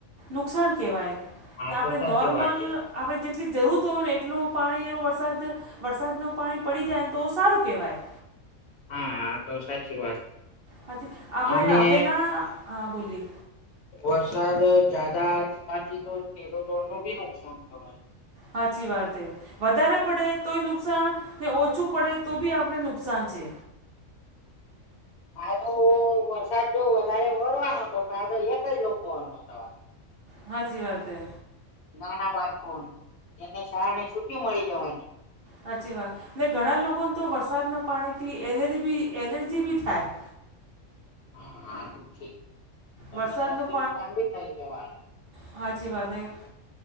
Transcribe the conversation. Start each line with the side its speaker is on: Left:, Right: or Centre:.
Right: નુકસાન કેવાય.
Left: હા
Right: ને આપણે
Left: તો સાચી
Right: નોર્મલ
Left: વાત છે
Right: આપણે જેટલી જરૂરત હોવે ને એટલું પાણીનો વરસાદ વરસાદનું પાણી પડી જાય તો સારું કેવાય.
Left: હા આતો સાચી વાત.
Right: હાચી આપણે
Left: અને
Right: હવેના હા બોલીએ
Left: વરસાદ જ્યાદા થવાથી તો ખેડૂતોનુ બી નુકસાન થવાનું.
Right: હાચી વાત હે. વધારે પડે તોય નુકસાન ને ઓછું પડે તો બી આપણે નુકસાન છે.
Left: આતો વરસાદ જો વધારે વરવાનો તો ફાયદો એક જ લોકોનો થવાનો.
Right: હાચી વાત હે.
Left: નાના બાળકોન એને કારને છૂટી મળી જવાની.
Right: હાચી વાત. ને ઘણા લોકોન તો વરસાદના પાણીથી એલરી બી એલર્જી બી થાય.
Left: હા દુખે. તમને
Right: વરસાદનું
Left: શરદી ઝુકામ બી થઈ જવાનો.
Right: હાચી વાત એ.